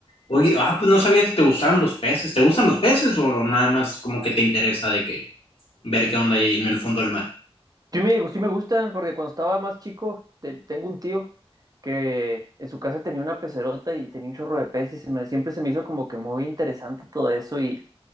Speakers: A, on the left (about 65°); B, on the right (about 35°).
A: Oye, ah, pues no sabía que te gustaban los peces. ¿Te gustan los peces o nada más como que te interesa de que ver qué onda hay en el fondo del mar?
B: sí me, sí me gustan, porque cuando estaba más chico, te- tengo un tío que en su casa tenía una pecerota y tenía un chorro de peces y se me- siempre se me hizo como que muy interesante todo eso y,